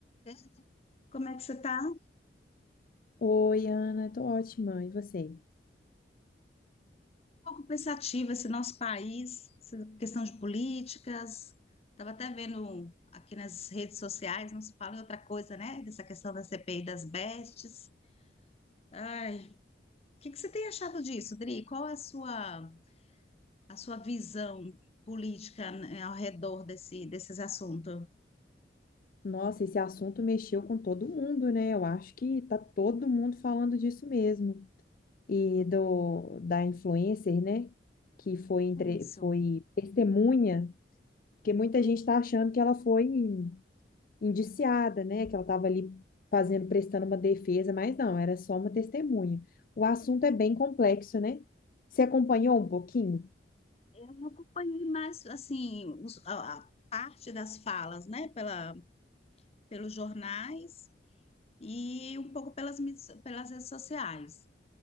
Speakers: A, on the left; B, on the left.
A: né? Como é que você está? Um
B: Oi, Ana, tô ótima. E você?
A: pouco pensativa esse nosso país, essa questão de políticas. Estava até vendo aqui nas redes sociais, não se fala em outra coisa, né? Dessa questão da CPI das bestes. Ai, o que que você tem achado disso, Dri? Qual é a sua, a sua visão política, né, ao redor desse, desses assuntos?
B: Nossa, esse assunto mexeu com todo mundo, né? Eu acho que tá todo mundo falando disso mesmo. E do da influencer, né? Que foi entre,
A: Isso.
B: foi testemunha, porque muita gente tá achando que ela foi indiciada, né? Que ela tava ali fazendo, prestando uma defesa, mas não, era só uma testemunha. O assunto é bem complexo, né? Você acompanhou um pouquinho?
A: Eu não acompanhei mais, assim, os- a, a parte das falas, né, pela, pelos jornais, e um pouco pelas, mídias- pelas redes sociais.